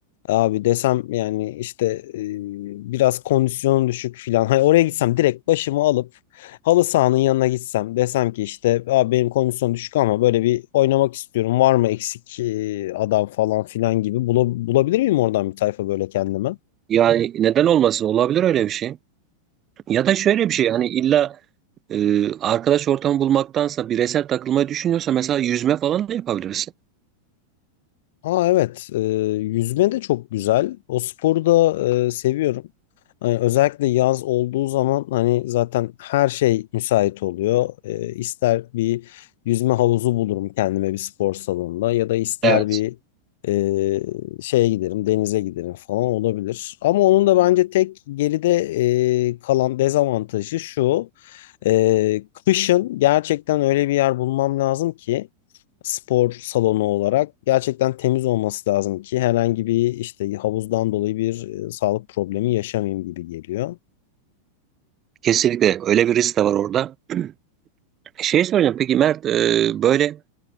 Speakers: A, on the left; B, on the right.
A: Abi desem yani işte e, biraz kondisyonum düşük filan. Hani oraya gitsem direkt başımı alıp halı sahanın yanına gitsem desem ki işte abi benim kondisyon düşük ama böyle bir oynamak istiyorum. Var mı eksik e, adam falan filan gibi Bula- bulabilir miyim oradan bir tayfa böyle kendime?
B: Yani neden olmasın? Olabilir öyle bir şey. Ya da şöyle bir şey hani illa e, arkadaş ortamı bulmaktansa bireysel takılmayı düşünüyorsa mesela yüzme falan da yapabilirsin.
A: Ha evet, e, yüzme de çok güzel. O sporu da e, seviyorum. Hani özellikle yaz olduğu zaman hani zaten her şey müsait oluyor. E, ister bir yüzme havuzu bulurum kendime bir spor salonunda ya da ister
B: Evet.
A: bir e, şeye giderim, denize giderim falan olabilir. Ama onun da bence tek geride e, kalan dezavantajı şu. E, kışın gerçekten öyle bir yer bulmam lazım ki spor salonu olarak gerçekten temiz olması lazım ki herhangi bir işte havuzdan dolayı bir e, sağlık problemi yaşamayayım gibi geliyor.
B: Kesinlikle öyle bir risk de var orada. <clears throat> Şey soracağım peki Mert e, böyle